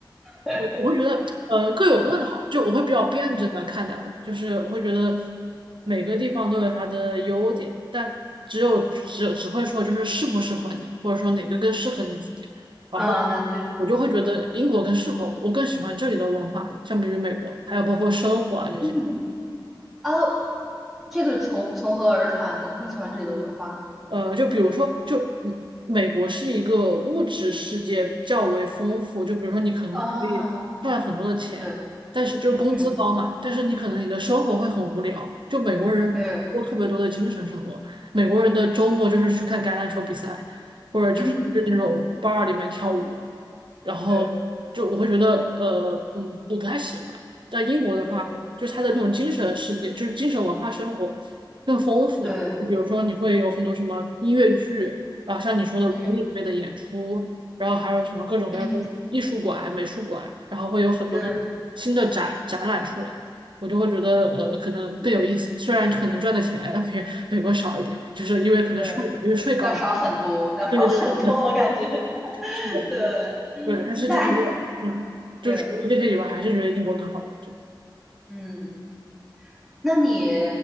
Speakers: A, in the centre; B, on the right.
A: <laughs>
B: 我我会觉得呃各有各的好，就我会比较辩证的看待吧，
A: 嗯
B: 就是我会觉得每个地方都有它的优点，但只有只只会说就是适不适合你，或者说哪个更适合你自己。然后
A: 啊，那确实，
B: 我就会觉得英国更适合我，
A: 嗯
B: 我更喜欢这里的文化，相比于美国，还有包括生活啊这些。
A: 嗯。哦，这个从从何而谈呢？更喜欢这里的文化
B: 呃，就比如说，就嗯美国是一个物质世界较为丰富，就比如说你可能可以赚很多的钱，
A: 啊，对，
B: 但是就是工资高嘛，
A: 嗯，
B: 但是你可能你的生活会很无聊。就美国人过特别多的精神生活，
A: 对，
B: 美国人的周末就是去看橄榄球比赛，或者就是去那种
A: 嗯，
B: bar 里面跳舞，然后就我会觉得呃嗯我不太喜欢。
A: 对，
B: 在英国的话。
A: 对，
B: 就是它的这种精神世界，就是精神文化生活更丰富嘛。
A: 对，
B: 就比如说你会有很多什么音乐剧啊，像你说的古典乐的演出，
A: 嗯，
B: 然后还有什么各种各样的艺术馆、
A: 嗯，
B: 美术馆，然后会有很多的新的展展览出来，
A: 对，
B: 我就会觉得呃可能更有意思。虽然可能赚的钱要比美国少一点，就是因为可能税因为税高嘛。
A: 对，要少很多，要少很多，
B: 对对对，
A: 我感觉，<laughs>
B: 是的，是的是的
A: 对，
B: 对，但是就觉得嗯，
A: 那按
B: 就除了这些以外，
A: 对，
B: 还是觉得英国更好吧。就。
A: 嗯，那你